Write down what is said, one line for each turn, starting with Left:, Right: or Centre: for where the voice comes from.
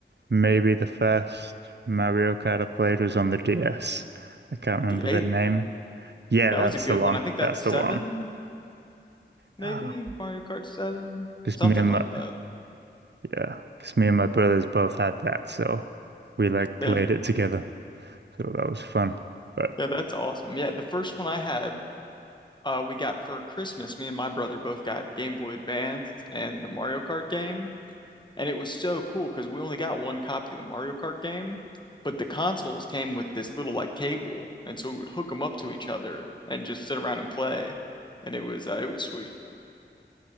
Right: maybe the first Mario Kart I played was on the DS. I can't
Left: The
Right: remember
Left: 8?
Right: the name. Yeah,
Left: That
Right: that's
Left: was a good
Right: the one.
Left: one. I think that's
Right: That's the
Left: seven,
Right: one. Ah,
Left: maybe Mario Kart 7,
Right: because
Left: something
Right: me and
Left: like
Right: my
Left: that.
Right: yeah, because me and my brothers both had that, so we like played
Left: Yeah.
Right: it together. So that was fun. But
Left: Yeah, that's awesome. Yeah, the first one I had, uh, we got for Christmas. Me and my brother both got Game Boy Advance and the Mario Kart game, and it was so cool because we only got one copy of the Mario Kart game, but the consoles came with this little like cable, and so we would hook them up to each other and just sit around and play, and it was uh, it was sweet.